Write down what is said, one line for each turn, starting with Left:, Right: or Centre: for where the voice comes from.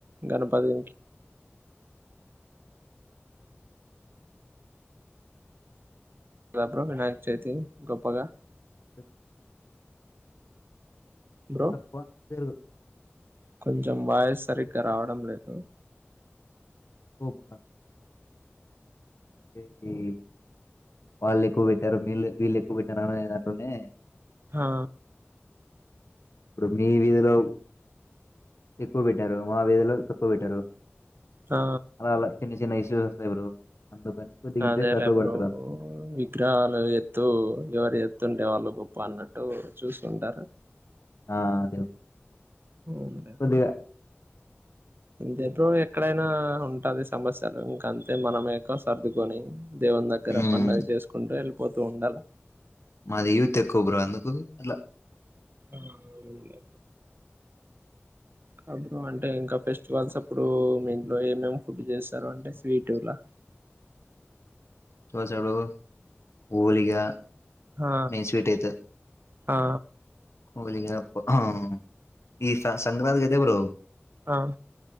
Right: గణపతునికి రా బ్రో వినాయక చవితి గొప్పగా
Left: <inaudible>
Right: బ్రో
Left: తక్కువ పెరుగు
Right: కొంచెం వాయిస్ సరిగ్గా రావడం లేదు
Left: <inaudible> పెడ్డి వాళ్ళు ఎక్కువ బెట్టారు వీళ్లే వీళ్ళు ఎక్కువ పెట్టారు అనేదాంట్లోనే
Right: హా
Left: ఇప్పుడు మీ వీధిలో ఎక్కువ బెట్టరు మా వీధిలో తక్కువ బెట్టారు
Right: ఆ!
Left: అలా అలా చిన్న చిన్న ఇస్ సులు వస్తాయ్ బ్రో అందుకని కొద్దిగా ఇంట్రెస్ట్
Right: అదే
Left: తక్కువ
Right: లే బ్రో
Left: పెడతారు అందు
Right: విగ్రహాలు ఎత్తు ఎవరు ఎత్తుంటే వాళ్ళు గొప్ప అన్నట్టు ట్టు చూస్కుంటారు
Left: ఆ అదే
Right: ఉన్లే
Left: కొద్దిగా
Right: బ్రో ఇంతే బ్రో ఎక్కడైనా ఉంటది సమస్యలు ఇంకంతే మనమే ఎక సర్దుకొని దేవుని దగ్గర
Left: ఉమ్,
Right: పండుగ జేసుకుంటూ ఎళ్ళిపోత్ తో ఉండాలా
Left: మాది యూత్ ఎక్కువ బ్రో అందుకు అట్ల
Right: ఆ అవునులే కాబడుం <unintelligible> అంటే ఇంకా ఫెస్టివల్స్ అప్పుడూ మీ ఇంట్లో ఏమేమి ఫుడ్ చేస్తారు అంటే స్వీటుల <inaudible>
Left: <unintelligible> ఓలిగా
Right: ఆ
Left: మీ స్వీట్ అయితే
Right: ఆ
Left: హోలిగా అప్ అహు ఈ సంక్రాంతికైతే బ్రో
Right: ఆ